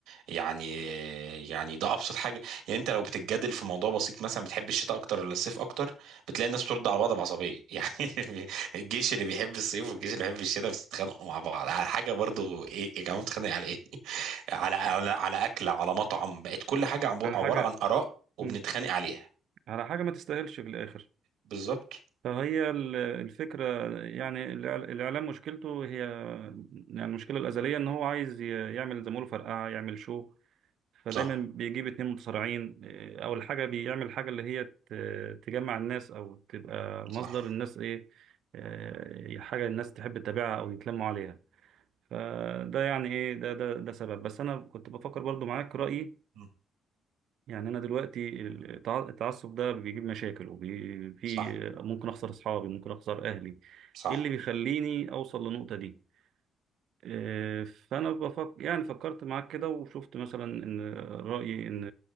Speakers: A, on the right (about 85°); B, on the right (about 60°).
A: يعني يعني ده أبسط حاجة يعني أنت لو بتتجادل في موضوع بسيط مثلا بتحب الشتاء أكتر ولا الصيف أكتر بتلاقي الناس بترد على بعض بعصبية <laughs> يعني الجيش اللي بيحب الصيف والجيش اللي بيحب الشتاء بيتخانقوا مع بعض على حاجة برضو إيه يا جماعة بتتخانق على إيه على على على اكله على مطعم بقت كل حاجه عبو-
B: على
A: عباره
B: حاجة
A: عن اراء وبنتخانق
B: امم
A: عليها
B: على حاجة ما تستاهلش في الاخر
A: بالظبط
B: فهي ال- الفكرة يعني الإع- الإعلام مشكلته هي يعني المشكلة الأزلية إن هو عايز ي- يعمل زي ما بيقولوا فرقعة يعمل شو فدايما
A: صح
B: بيجيب اتنين متصارعين إيه، أول حاجة بيعمل حاجة اللي هي ت- تجمع الناس أو تبقى مصدر
A: صح
B: الناس إيه إيه، حاجة الناس تحب تتابعها أو يتلموا عليها فده يعني إيه ده ده ده سبب بس أنا كنت بفكر برضو معاك رأيي
A: مم.
B: يعني انا دلوقتي التع- التعصب ده بيجيب مشاكل وفي في
A: صح
B: ممكن اخسر اصحابي ممكن اخسر اهلي
A: صح
B: ايه اللي بيخليني اوصل للنقطة دي آه، فانا بفكر يعني فكرت معاك كده وشفت مثلا ان رايي ان